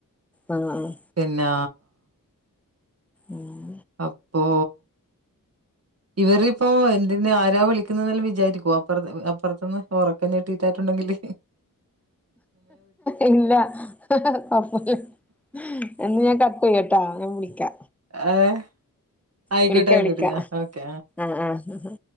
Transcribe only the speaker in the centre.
ആഹ് ആഹ്
ഉം
ഇല്ല <unintelligible> എന്നാ ഞാൻ കട്ട് ചെയ്യട്ടാ ഞാൻവിളിക്കാ
വിളിക്ക
വിളിക്ക
ആഹ് ആഹ്